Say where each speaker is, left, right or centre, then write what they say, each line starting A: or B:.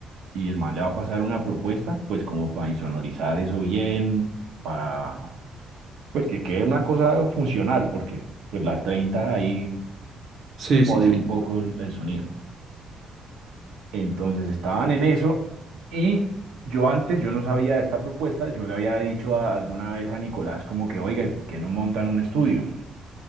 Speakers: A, on the right; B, on the right.
A: y el man le va a pasar una propuesta, pues como para insonorizar eso bien, para pues que quede una cosa funcional, porque pues la 30 ahí
B: Sí,
A: jode
B: sí, sí.
A: un poco el, el sonido. Entonces estaban en eso y yo antes, yo no sabía de esta propuesta, yo le había dicho a- alguna vez a Nicolás como que, oiga, ¿y por qué no montan un estudio?